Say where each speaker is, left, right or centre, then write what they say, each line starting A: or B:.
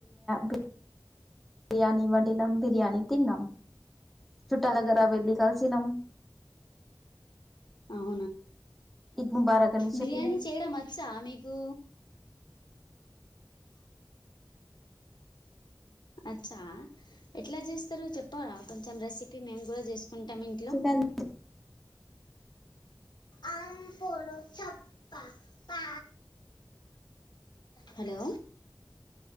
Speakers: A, in the centre; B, on the left.
A: బిర్యానీ వండినం బిర్యానీ తిన్నాం చుట్టాలాదగర వెళ్ళి కలిసినం
B: అవు
A: ఈద్ ముబారక్ అని చెప్పినాం
B: బిర్యానీ చేయడం వచ్చా మీకు అచ్చా ఎట్లా చేస్తారు చెప్పారా కొంచెం రెసిపీ మేము కూడా చేసు కుంటాం ఇంట్లో
A: చికెన్
B: అల్ పడు చప్ప పా హలో